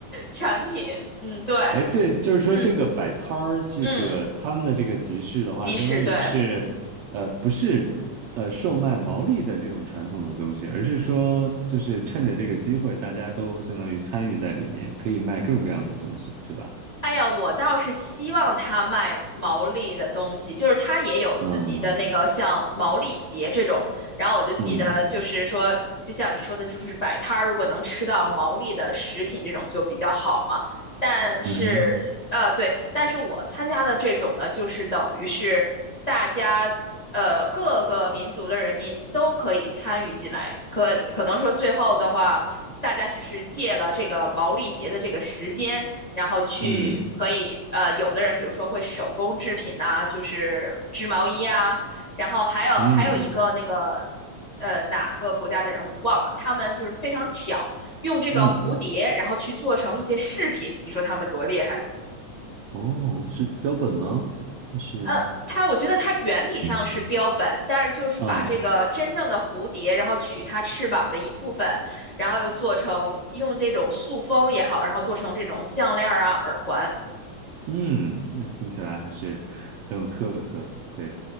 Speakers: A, on the left; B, on the right.
A: 产品。嗯，对，
B: 哎，对，就是说这个摆摊儿，
A: 嗯
B: 这个他们的这个集市的话，
A: 嗯，即市，
B: 相当于是，
A: 对。
B: 呃，不是呃售卖毛利的这种传统的东西，而是说就是趁着这个机会，大家都相当于参与在里面，可以卖各种各样的东西，是吧？
A: 哎呀，我倒是希望他卖毛利的东西，就是他也有自己的那个像毛利节这种。
B: 嗯
A: 然后我就记得，
B: 嗯
A: 就是说，就像你说的，就是摆摊儿，如果能吃到毛利的食品这种就比较好嘛。但是，
B: 嗯哼
A: 呃，对，但是我参加的这种呢，就是等于是大家，呃，各个民族的人民都可以参与进来。可可能说最后的话。大家只是借了这个毛利节的这个时间，然后去可以呃，
B: 嗯
A: 有的人比如说会手工制品呐、就是织毛衣啊，然后还有还有一个那个
B: 嗯
A: 呃哪个国家的人我就忘了，他们就是非常巧，用这个蝴蝶然后去做成一些饰品，
B: 嗯。
A: 你说他们多厉害？
B: 哦，是标本吗？还是
A: 呃，它我觉得它原理上是标本，
B: 嗯
A: 但是就是把这个真正的蝴蝶，
B: 啊？
A: 然后取它翅膀的一部分，然后又做成用这种塑封也好，然后做成这种项链儿啊、耳环，
B: 嗯，那听起来还是很有特色的。对，